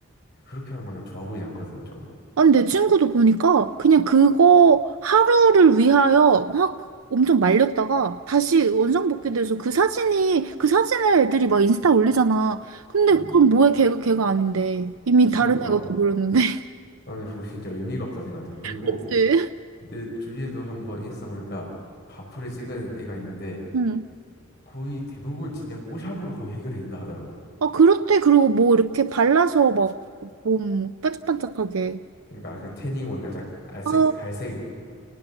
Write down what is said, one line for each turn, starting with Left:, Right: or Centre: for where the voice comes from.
Left: 그렇게 하는 거는 좋아 보이지 않거든, 좀.
Right: 아니, 내 친구도 보니까 그냥 그거 하루를 위하여 막 엄청 말렸다가 다시 원상복귀돼서 그 사진이, 그 사진을 애들이 막 인스타 올리잖아. 근데
Left: 음.
Right: 그럼 뭐해, 걔가 걔가 아닌데. 이미
Left: 그니까
Right: 다른 애가 돼버렸는데. <laughs>
Left: 나는 그거 진짜 의미가 없다 생각하거든. 그리고
Right: 그치?
Left: 내 주위에도 한번 인스타 보니까 바프를 찍은 애가 있는데
Right: 응.
Left: 거의 대부분 진짜 뽀샵으로 거의 해결이 된다 하더라고.
Right: 아, 그렇대. 그리고 뭐 이렇게 발라서 막 몸 반짝반짝하게.
Left: 그러니까 그 태닝 올 살짝 갈색
Right: 아,
Left: 갈색